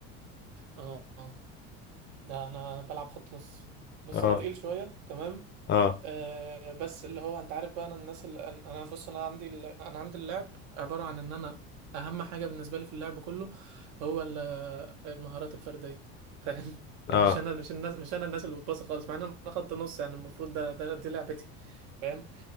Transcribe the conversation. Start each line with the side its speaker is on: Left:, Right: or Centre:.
Right: اه آه. ده انا بلعب خط نص بص
Left: اه
Right: انا تقيل شويه تمام
Left: اه
Right: آه بس اللي هو انت عارف بقى انا الناس اللي انا بص انا عندي ال- انا عندي اللعب عباره عن ان انا اهم حاجه بالنسبه لي في اللعب كله هو ال- المهارات الفرديه فاهم <laughs>
Left: اه
Right: مش انا مش الناس مش انا الناس اللي بتباصي خالص مع ان انا خط نص يعني المفروض ده ده دي لعبتي فاهم